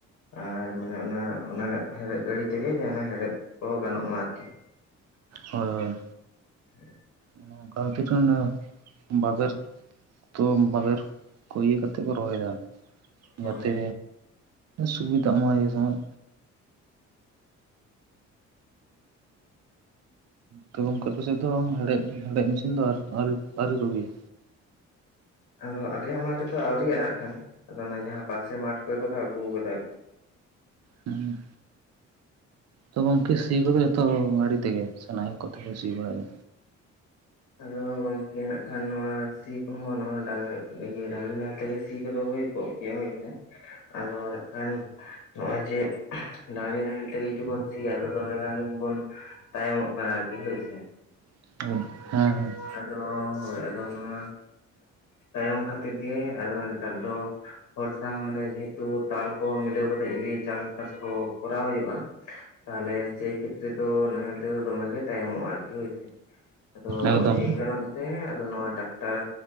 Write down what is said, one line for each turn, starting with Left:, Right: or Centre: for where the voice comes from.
Left: ᱟᱨ ᱢᱟᱱᱮ ᱚᱱᱟ ᱚᱱᱟ ᱦᱮᱲᱦᱮᱫ ᱜᱟᱹᱲᱤ ᱛᱮᱜᱮ ᱡᱮᱱᱚ ᱦᱮᱲᱦᱮᱫ ᱠᱚ ᱜᱟᱱᱚᱜ ᱢᱟ ᱟᱨᱠᱤ᱾
Right: ᱦᱳᱭ ᱦᱳᱭ᱾
Left: <unintelligible>
Right: ᱚᱱᱮ ᱚᱝᱠᱟ ᱠᱤᱪᱷᱩᱱ <unintelligible> ᱫᱚ ᱵᱟᱵᱮᱨ ᱛᱮ᱾ ᱛᱚ ᱵᱟᱵᱮᱨ, ᱠᱚ ᱤᱭᱟᱹ ᱠᱟᱛᱮᱫ ᱠᱚ ᱨᱚᱦᱚᱭᱮᱫᱟ᱾ ᱡᱟᱛᱮ
Left: ᱦᱳᱭ ᱦᱳᱭ
Right: ᱥᱩᱵᱤᱫᱟᱜ ᱢᱟ ᱤᱭᱟᱹ ᱥᱚᱢᱚᱭ᱾ ᱛ ᱜᱚᱢᱠᱮ ᱟᱯᱮᱥᱮᱫ ᱫᱚ ᱦᱮᱰᱮᱡ ᱦᱮᱰᱮᱡ ᱢᱤᱥᱤᱱ ᱫᱚ ᱟᱨ ᱟᱹᱣᱨᱤ ᱟᱹᱣᱨᱤ ᱠᱚ ᱟᱹᱜᱩᱭᱟ᱾
Left: ᱟᱫᱚ ᱟᱞᱮᱭᱟᱜ ᱢᱟᱴᱷ ᱨᱮᱫᱚ ᱟᱹᱣᱨᱤᱭᱟᱜ ᱱᱟᱜ ᱠᱷᱟᱱ ᱟᱫᱚ ᱚᱱᱟ ᱡᱟᱦᱟᱸ ᱯᱟᱥᱮ ᱢᱟᱴᱷ ᱠᱚᱨᱮ ᱫᱚ ᱠᱚ ᱟᱹᱜᱩ ᱠᱟᱫᱟ ᱟᱨᱠᱤ᱾
Right: ᱦᱩᱸ ᱛᱚ ᱜᱚᱢᱠᱮ ᱥᱤ ᱠᱚᱫᱚ ᱡᱚᱛᱚ ᱜᱟᱹᱰᱤ ᱛᱮᱜᱮ ᱥᱮ ᱱᱟᱦᱮᱞ ᱠᱚᱛᱮ ᱠᱚ ᱥᱤ ᱵᱟᱲᱟᱭᱮᱫᱟ?
Left: ᱟᱫᱚ ᱜᱚᱢᱠᱮ ᱱᱟᱜ ᱠᱷᱟᱱ ᱱᱚᱣᱟ ᱥᱤ ᱠᱚᱦᱚᱸ ᱱᱚᱣᱟ ᱰᱟᱝ ᱤᱭᱟᱹ ᱰᱟᱝᱨᱤ ᱱᱟᱦᱮᱞ ᱛᱮᱜᱮ ᱥᱤ ᱠᱚᱫᱚ ᱦᱳᱭ ᱠᱚᱜ <unintelligible> ᱦᱳᱭᱥᱮ ᱟᱫᱚ ᱱᱟᱜ ᱠᱷᱟᱱ ᱱᱚᱜᱼᱚᱭ ᱡᱮ ᱰᱟᱝᱨᱤ ᱱᱟᱦᱮᱞ ᱛᱮᱜᱮ ᱡᱩᱫᱤ ᱵᱚᱱ ᱥᱤᱭᱟ ᱟᱫᱚ ᱫᱚᱢᱮ ᱜᱟᱱ ᱵᱚᱱ ᱛᱟᱭᱚᱢᱚᱜ ᱵᱟᱠᱤᱥ <unintelligible>
Right: <unintelligible> ᱦᱮᱸᱮᱸ <unintelligible>
Left: ᱟᱫᱚ ᱦᱳᱭ ᱟᱫᱚ ᱱᱚᱣᱟ ᱛᱟᱭᱚᱢ ᱠᱷᱟᱹᱛᱤᱨ ᱜᱮ ᱟᱫᱚ ᱱᱮᱛᱟᱨ ᱫᱚ, ᱦᱚᱲ ᱥᱟᱝ ᱢᱟᱱᱮ ᱡᱮᱦᱮᱛᱩ ᱛᱟᱞ ᱠᱚ ᱢᱤᱞᱟᱹᱣ ᱠᱟᱛᱮᱜ ᱡᱩᱫ‌ᱤ‌ ᱜᱮ ᱪᱟᱥᱵᱟᱥ ᱠᱚ ᱠᱚᱨᱟᱣ ᱦᱩᱭᱩᱜᱼᱟ᱾ ᱛᱟᱦᱚᱞᱮ ᱥᱮᱭ ᱠᱷᱮᱛᱨᱮ ᱫᱚ ᱱᱟᱦᱮᱞ ᱛᱮᱫᱚ ᱫᱚᱢᱮᱜ ᱜᱮ ᱛᱟᱭᱚᱢᱚᱜᱼᱟ ᱟᱨᱠᱤ ᱦᱳᱭᱥᱮ᱾ ᱛᱚ
Right: ᱮᱠᱫᱚᱢ
Left: ᱮᱭ ᱠᱟᱨᱚᱱ ᱛᱮ ᱟᱫᱚ ᱱᱚᱣᱟ ᱰᱟᱠᱛᱟᱨ